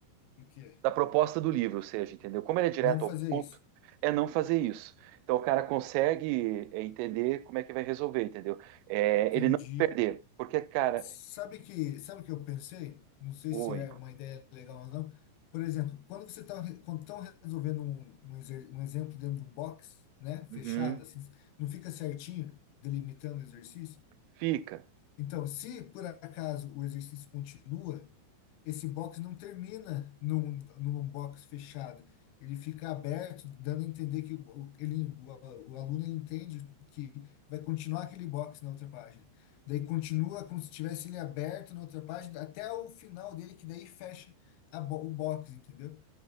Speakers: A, on the left; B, on the right.
A: Do que?
B: da proposta do livro, ou seja, entendeu? Como ele é direto
A: Não fazer
B: ao ponto,
A: isso.
B: é não fazer isso. Então o cara consegue é, entender como é que vai resolver, entendeu? É,
A: Entendi.
B: ele não se perder, porque, cara,
A: Sabe que, sabe o que eu pensei? Não sei
B: Oi.
A: se é uma ideia legal ou não. Por exemplo, quando você está quando estão resolvendo um, um, exer- um exemplo dentro de um box, né, fechado
B: Uhum.
A: assim, não fica certinho delimitando o exercício?
B: Fica.
A: Então, se por acaso o exercício continua, esse box não termina num, num box fechado. Ele fica aberto, dando a entender que o, o- ele, o, a- o aluno ele entende que vai continuar aquele box na outra página. Daí continua como se tivesse ele aberto na outra página, até o final dele, que daí fecha a bo- o box, entendeu?